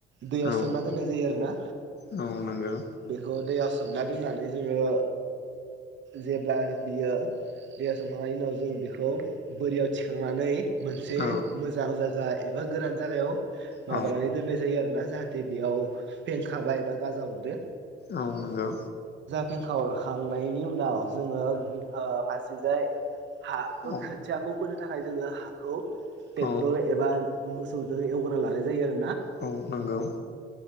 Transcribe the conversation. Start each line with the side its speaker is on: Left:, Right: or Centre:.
Right: दैयाव
Left: औ
Right: सोमना दोननाय जायो आरोना
Left: औ नंगौ
Right: बेखौ दैयाव सोमना दोननानै जोङो जेब्ला बियो दैहा सोमखांनायनि उनाव जोङो बेखौ बोरियाव थिखांनानै मोनसे
Left: औ
Right: मोजां जायगा एबा गोरान जायागायाव
Left: औ
Right: माबानानै दोननाय जायो आरोना जाहाथे बेयाव फेंखाबा एबा गाजा हरो
Left: औ नंगौ
Right: बेंखा हरखांनायनि उनाव जोङो फारसेजाय हा
Left: औ
Right: खोथियाखौ फोनो थाखाय जोङो हाखौ ट्रेक्टर
Left: औ
Right: एबा मोसौजों एवग्रोना लानाय जायो आरो
Left: औ नंगौ